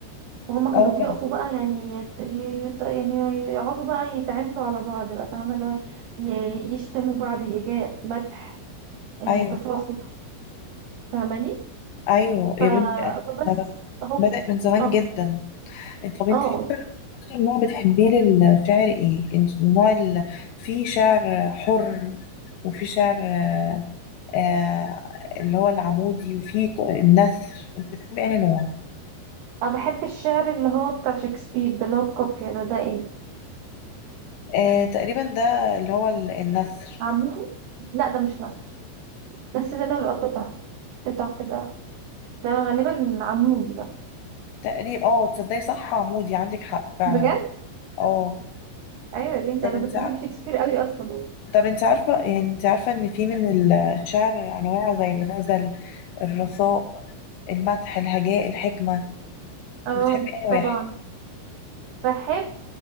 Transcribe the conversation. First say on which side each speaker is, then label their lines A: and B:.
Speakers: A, on the right (about 90°); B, on the left (about 80°).
A: وهما
B: اه
A: كانوا بيقفوا
B: طبعا
A: بقى يعني يت- يت- يعني يقعدوا بقى يتعاملوا على بعض بقى فاهمه اللي هو ي- يشتموا بعض هجاء مدح آه
B: ايوه
A: تفاخر فاهماني
B: ايوه
A: ف...
B: يا بنتي
A: فبس
B: ده
A: هو
B: بدأ من زمان
A: اه
B: جدا طب انت
A: اه
B: اكتر اكتر نوع بتحبيه للشعر ايه انت- النوع اللي فيه شعر حر وفي شعر آه، آه، اللي هو العمودي وفي ك- النثر انت بتحبي انهي نوع
A: انا بحب الشعر اللي هو بتاع شكسبير ده اللي هو بكافيه ده ده ايه
B: آه تقريبا ده اللي هو ال- النثر
A: عامله لا ده مش مصري بس ده اللي هو بيبقى قطع قطع كده ده غالبا عمودي بقى
B: تقريبا اه تصدقي صح عمودي عندك حق فعلا
A: بجد
B: اه
A: ايوه يا بنتي
B: طب
A: انا
B: انت
A: كنت
B: ع-
A: بحب شكسبير قوي اصلا
B: طب انت عارفة يعني انت عارفة ان في من الشعر انواع زي الغزل الرثاء المدح الهجاء الحكمة
A: اه
B: بتحبي انهي
A: طبعا
B: واحد
A: بحب